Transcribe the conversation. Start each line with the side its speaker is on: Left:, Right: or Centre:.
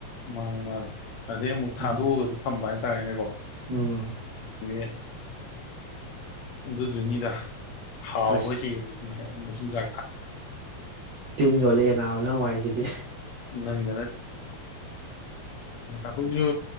Left: ꯃꯥꯅꯦꯦ ꯃꯥꯅꯦꯦ ꯑꯗꯩ ꯑꯃꯨꯛ ꯊꯥꯗꯣꯛꯑꯒꯁꯨ
Right: ꯎꯝ
Left: ꯊꯝꯕ ꯍꯥꯏ ꯇꯔꯦꯅꯦꯕꯣ
Right: ꯎꯝ
Left: ꯌꯦꯦ ꯑꯗꯨꯗꯨꯏꯅꯤꯗ ꯍꯥꯎ
Right: ꯑꯁ
Left: ꯋꯥ ꯍ ꯃꯤꯟꯖꯦ
Right: ꯇꯤꯟ ꯌꯣꯂꯛꯅꯥꯎ ꯅꯪ ꯋꯥꯏꯁꯤ ꯀ
Left: ꯅꯪꯅ ꯑꯣꯏꯁꯨ